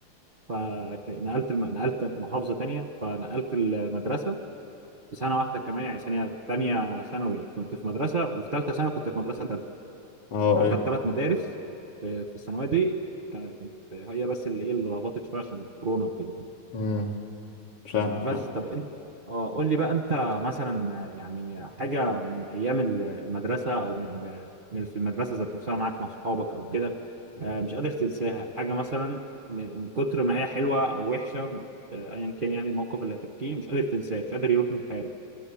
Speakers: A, on the right; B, on the left.
A: فنقلت الم... نقلت محافظة تانية فنقلت المدرسة في سنة واحدة كمان يعني سنة تانية ثانوي كنت في مدرسة وفي تالتة ثانوي كنت في مدرسة تالتة
B: اه
A: أنا
B: ايوه
A: خدت تلات مدارس في, في الثانوية دي كان- كنت هي بس اللي إيه اللي لخبطت شوية عشان كورونا وكده
B: امم فاهمك
A: بس
B: فاهمك.
A: طب انت اه قول لي بقى انت مثلا يعني حاجه من ايام ال- المدرسه او من من في المدرسه ذات نفسها معاك مع اصحابك او كده آه، مش قادر تنساها حاجه مثلا من من كتر ما هي حلوه او وحشه آه، ايا كان يعني الموقف اللي هتحكيه مش قادر تنساه مش قادر يروح من خيالك